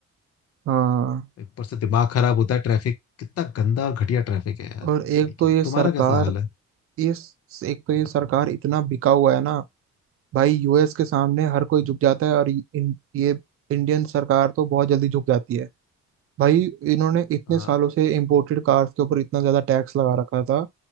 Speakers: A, on the right (about 50°); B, on the left (about 55°).
A: हाँ
B: ऊपर से दिमाग खराब होता है ट्रैफिक कितना गंदा और घटिया ट्रैफिक है यार पता
A: और एक
B: नहीं क्या
A: तो ये
B: तुम्हारा
A: सरकार
B: कैसा हाल है
A: इस एक तो ये सरकार इतना बिका हुआ है ना भाई यूएस के सामने हर कोई झुक जाता है और ये इन, ये इंडियन सरकार तो बहुत जल्दी झुक जाती है भाई इन्होंने इतने
B: आ,
A: सालों से इम्पोर्टेड कार्स के ऊपर इतना ज्यादा टैक्स लगा रखा था